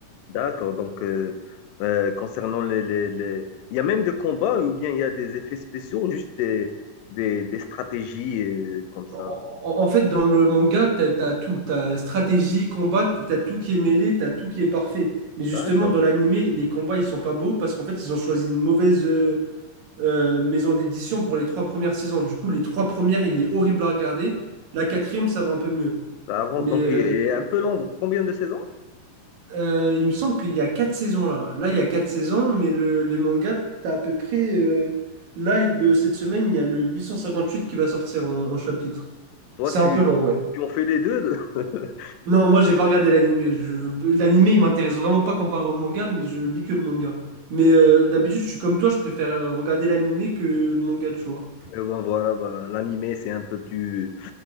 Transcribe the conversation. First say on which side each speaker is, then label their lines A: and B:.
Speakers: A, on the left (about 85°); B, on the right (about 65°).
A: D'accord, donc euh, euh, concernant les, les, les- Il y a même des combats ou bien il y a des effets spéciaux, juste des, des, des stratégies euh, comme ça.
B: En, en- en fait, dans le manga, t'as, t'as tout. T'as stratégie, combat, t'as tout qui est mêlé, t'as tout qui est parfait. Mais justement,
A: D'accord,
B: dans l'animé, les combats, ils sont pas beaux parce qu'en fait, ils ont choisi une mauvaise... euh, euh, maison d'édition pour les trois premières saisons. Du coup, les trois premières, il est horrible à regarder. La quatrième, ça va un peu mieux.
A: ça avance.
B: Mais
A: Donc
B: euh,
A: il est un peu long. Donc, combien de saisons?
B: euh, il me semble qu'il y a quatre saisons là. Là, il y a quatre saisons, mais le, les mangas, t'as à peu près. euh, là, il- le- cette semaine, il y a le 858 qui va sortir en, en chapitre.
A: Toi,
B: C'est
A: tu,
B: un peu long, ouais.
A: tu en fais les deux? de- <laughs>
B: Non, moi, j'ai pas regardé l'animé. Je- L'animé, il m'intéresse vraiment pas comparé au manga, mais je lis que le manga. Mais euh, d'habitude, je suis comme toi, je préfère euh, regarder l'animé que le manga, tu vois.
A: Euh, bon, voilà, ben, l'animé, c'est un peu plus